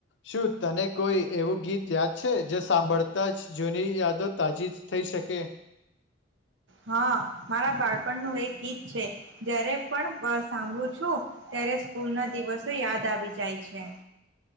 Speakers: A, on the left; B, on the right.
A: શું તને કોઈ એવું ગીત યાદ છે, જે સાંભળતા જ જૂની યાદો તાજી થઈ શકે?
B: હા, મારા બાળપણનું એક ગીત છે. જ્યારે પણ સાંભળું છું, ત્યારે સ્કૂલ ના દિવસો યાદ આવી જાય છે.